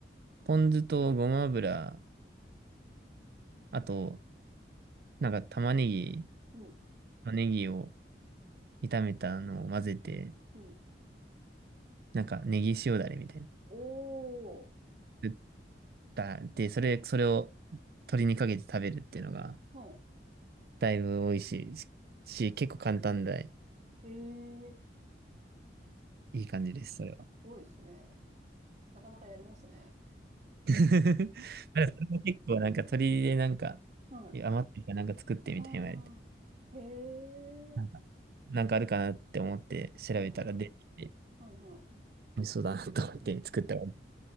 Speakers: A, on the right (about 55°); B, on the right (about 40°).
A: ポン酢とごま油、あと、なんか玉ねぎ
B: うん、
A: とネギを炒めたのを混ぜて、
B: うん。
A: なんかネギ塩だれみたいな。
B: おー、
A: 作ったで、それ、それを鶏にかけて食べるっていうのが、
B: はん。
A: だいぶ美味しいし、結構簡単で、
B: ええ
A: いい感じです、それは。
B: 多いですね。なかなかやりますね。
A: <laughs> ただそれも結構なんか鶏でなんか、
B: <laughs> はい。
A: いや余ってるからなんか作ってみたいに言われて、
B: ああ、へえ、
A: なんか、なんかあるかなって思って調べたら出てきて、
B: はい、はい、は
A: 美味しそうだなと思って作ったら。